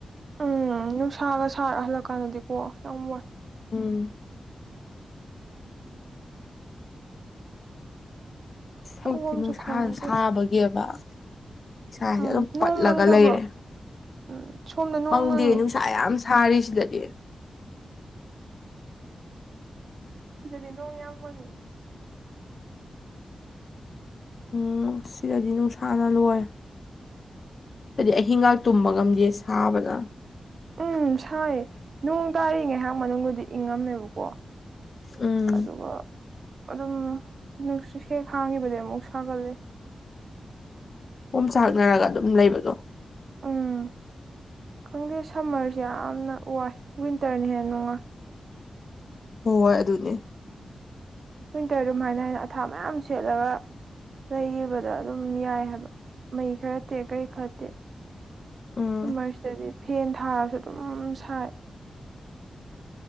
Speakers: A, on the right; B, on the left.
A: ꯎꯝ ꯅꯨꯡꯁꯥꯒ ꯁꯥꯔꯥ ꯍꯜꯂꯛꯀꯥꯟꯗꯗꯤꯀꯣ ꯌꯥꯝ ꯋꯥꯏ
B: ꯎꯝ ꯁꯛꯇꯤ
A: ꯇꯧꯐꯝꯁꯨ
B: ꯅꯨꯡꯁꯥ
A: ꯈꯪꯗꯦ
B: ꯁꯥꯕꯒꯤꯕ ꯏꯁꯥꯁꯦ
A: ꯎꯝ
B: ꯑꯗꯨꯝ ꯄꯠꯂꯒ
A: ꯅꯣꯡ ꯃꯪꯗꯕ꯭ꯔꯣ
B: ꯂꯩꯔꯦ
A: ꯎꯝ ꯁꯣꯝꯗ ꯅꯣꯡ
B: ꯄꯪꯗꯦ
A: ꯃꯪꯉꯦ
B: ꯅꯨꯡꯁꯥ ꯌꯥꯝ ꯁꯥꯔꯤꯁꯤꯗꯗꯤ
A: ꯁꯤꯗꯗꯤ ꯅꯣꯡ ꯌꯥꯝ ꯃꯪꯉꯦ
B: ꯎꯝ ꯁꯤꯗꯗꯤ ꯅꯨꯡꯁꯥꯅ ꯂꯣꯏꯔꯦ ꯑꯩꯗꯤ ꯑꯍꯤꯡꯒꯥꯛ ꯇꯨꯝꯕ ꯉꯝꯗꯦ ꯁꯥꯕꯅ
A: ꯎꯝ ꯁꯥꯏ ꯅꯣꯡ ꯇꯥꯔꯤꯉꯩꯥꯏꯍꯥꯛ ꯃꯅꯨꯡꯗꯗꯤ ꯏꯪꯉꯝꯃꯦꯕꯀꯣ
B: ꯎꯝ
A: ꯑꯗꯨꯒ ꯑꯗꯨꯝ ꯅꯨꯡꯁꯤꯠ ꯍꯦꯛ ꯍꯥꯡꯒꯤꯕꯗꯤ ꯑꯃꯨꯛ ꯁꯥꯒꯠꯂꯦ
B: ꯑꯣꯝ ꯆꯥꯛꯅꯔꯒ ꯑꯗꯨꯝ ꯂꯩꯕꯗꯣ
A: ꯎꯝ ꯈꯪꯗꯦ ꯁꯝꯃꯔꯁꯦ ꯌꯥꯝꯅ ꯋꯥꯏ ꯋꯤꯟꯇꯔꯅ ꯍꯦꯟꯅ ꯅꯨꯡꯉꯥꯏ
B: ꯍꯣꯏ ꯍꯣꯏ ꯑꯗꯨꯅꯦ
A: ꯋꯤꯟꯇꯔ ꯑꯗꯨꯃꯥꯏꯅ ꯍꯥꯏꯅ ꯑꯊꯥꯞ ꯃꯌꯥꯝ ꯁꯦꯠꯂꯒ ꯂꯩꯕꯗ ꯑꯗꯨꯝ ꯌꯥꯏ ꯍꯥꯏꯕ ꯃꯩ ꯈꯔ ꯇꯦ ꯀꯩ ꯈꯔꯠꯇꯦ
B: ꯎꯝ
A: ꯁꯝꯃꯔꯁꯤꯗꯗꯤ ꯐꯦꯟ ꯊꯥꯔꯁꯨ ꯑꯗꯨꯝ ꯁꯥꯏ